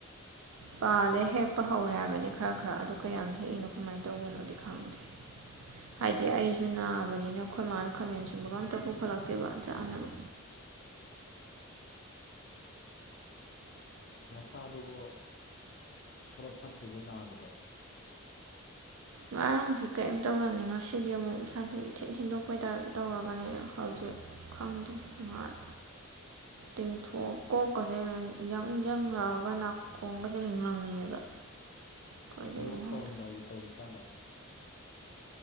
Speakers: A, on the right; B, on the left.
A: ꯄꯥꯜꯂꯦ ꯍꯦꯛꯄ ꯍꯧꯔꯦ ꯍꯥꯏꯕꯅꯤ ꯈꯔ ꯈꯔ ꯑꯗꯣ ꯀꯌꯥꯝ ꯍꯦꯛꯏꯅꯣ ꯀꯃꯥꯏꯅ ꯇꯧꯕꯅꯣꯗꯤ ꯈꯪꯗꯦ
B: <inaudible>
A: ꯍꯥꯏꯗꯤ
B: ꯎꯝ
A: ꯑꯩꯖꯨ ꯅꯥꯕꯅꯤꯅ ꯑꯈꯣꯏ ꯃꯥꯅ ꯈꯥꯃꯦꯟ ꯁꯤꯟꯕꯒ ꯑꯝꯇ ꯄꯨꯈꯠꯂꯛꯇꯦꯕ ꯆꯥꯅꯕ
B: ꯅꯁꯥꯗꯨꯕꯣ ꯈꯔ ꯐꯠꯇ꯭ꯔꯤꯕꯣ ꯅꯥꯕꯗꯣ
A: ꯉꯔꯥꯡꯗꯤ ꯀꯩꯝ ꯇꯧꯗꯝꯅꯦ ꯉꯁꯤꯗꯤ ꯑꯃꯨꯛ ꯏꯁꯥꯁꯦ ꯏꯊꯤꯟ ꯊꯤꯟꯗꯣꯛꯄꯩ ꯇꯥꯥꯏꯞꯇ ꯇꯧꯔꯒꯅꯦ ꯍꯧꯖꯤꯛ ꯈꯪꯗꯦ ꯉꯍꯥꯛ ꯇꯤꯡꯊꯣꯛ ꯀꯣꯛꯀꯖꯦ ꯌꯪ ꯌꯪ ꯂꯥꯎꯔꯒ ꯅꯥꯛ ꯀꯣꯡꯒꯖꯦ ꯉꯪꯉꯦꯕ ꯀꯩꯗꯩꯅꯣ
B: ꯂꯣꯛ
A: ꯈꯪꯗꯦ
B: ꯇꯧꯔꯝꯗꯥꯏꯒꯤ ꯇꯧꯔꯤꯖꯥꯠꯂꯣ